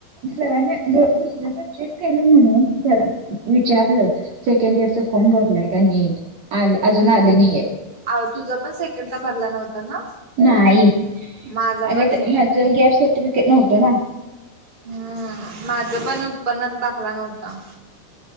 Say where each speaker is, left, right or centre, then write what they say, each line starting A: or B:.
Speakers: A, on the right; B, on the right.
A: सरांन दुसऱ्याच चेक केलेत म्हणून विचारलं सेकंड इयरच फॉर्म भरलाय का नीट आल अजून आले नाहीत
B: अव तुझा पण सेकंडदा भरला नव्हता ना
A: नाही
B: माझा
A: अग
B: पण नाही
A: माझ गॅस सर्टिफिकेट नव्हतं ना
B: हम्म माझं पण उत्पन्नाचा दाखला नव्हता